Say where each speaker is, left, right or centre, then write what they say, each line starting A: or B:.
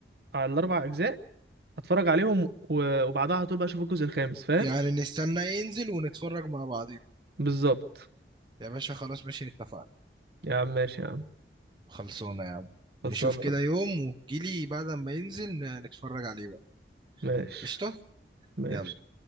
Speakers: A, on the right; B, on the right.
A: على الاربع اجزاء اتفرج عليهم و- وبعدها على طول بقى اشوف الجزء الخامس فاهم
B: يعني نستنى ينزل ونتفرج مع بعضين
A: بالظبط
B: يا باشا خلاص ماشي اتفقنا
A: يا عم ماشي يا عم
B: خلصونا يا عم
A: خلصانه
B: نشوف كده يوم وتجيلي بعد ما ينزل ن- نتفرج عليه بقى
A: ماشي
B: قشطة
A: ماشي
B: يلا